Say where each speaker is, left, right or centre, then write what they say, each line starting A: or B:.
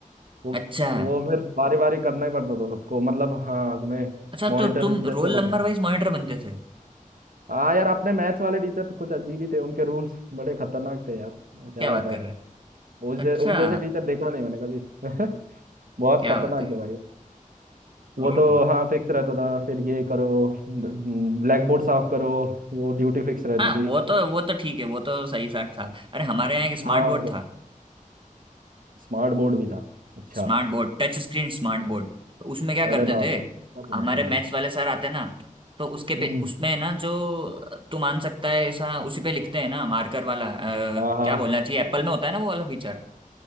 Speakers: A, on the right; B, on the right.
A: वो
B: अच्छा
A: वो फिर बारी बारी करना ही पड़ता था सबको मतलब हाँ तुम्हें
B: अच्छा
A: मॉनिटर
B: तो तुम
A: जैसे
B: रोल
A: बनना
B: नंबर
A: है
B: वाइज मॉनिटर बनते थे
A: हाँ यार अपने मैथ्स वाले टीचर कुछ अजीब ही थे उनके रूल्स बड़े खतरनाक थे यार क्या
B: क्या बात
A: बताएं
B: कर रहे हैं
A: उस जै,
B: अच्छा
A: उन जैसे टीचर देखा नहीं मैंने कभी <laughs> बहुत
B: क्या
A: खतरनाक
B: बात है
A: थे भाई वो
B: ओहो
A: तो हाँ फिक्स रहता था फिर ये करो ब्लैक बोर्ड साफ करो वो ड्यूटी फिक्स रहती
B: हाँ
A: थी
B: वो तो वो तो ठीक है वो तो सही साठ था अरे हमारे यहाँ एक स्मार्ट
A: हाँ
B: बोर्ड
A: मतलब
B: था
A: स्मार्ट बोर्ड भी था अच्छा
B: Smart board touch screen smart board तो उसमें क्या करते
A: अरे बाप
B: थे
A: रे ऐसा तो
B: हमारे
A: नहीं था मेरा
B: मैथ्स वाले सर आते ना तो उसके
A: हम्म
B: पे उसमें ना जो तू मान सकता है ऐसा उसी पे लिखते हैं ना मार्कर वाला अ,
A: हाँ हाँ
B: क्या बोलना चाहिए एप्पल में होता है ना वो वाला फीचर